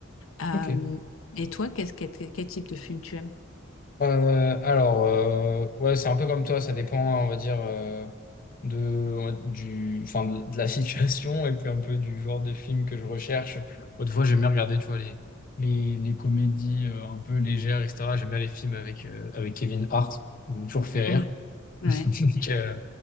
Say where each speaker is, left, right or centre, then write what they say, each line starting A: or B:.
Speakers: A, on the left; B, on the left.
A: Euh,
B: Ok. ok.
A: et toi, qu'est-ce- quel, quel- quel type de film tu aimes?
B: Euh, alors, euh, ouais, c'est un peu comme toi, ça dépend, on va dire. euh, de, ouais, du, enfin, de de la situation et puis un peu du genre de film que je recherche. Autrefois, j'aime bien regarder, tu vois, les, les, les comédies euh, un peu légères, etc. J'aime bien les films avec, euh, avec Kevin Hart. Il m'a toujours fait
A: Ouais,
B: rire.
A: ouais.
B: <laughs> Donc, euh,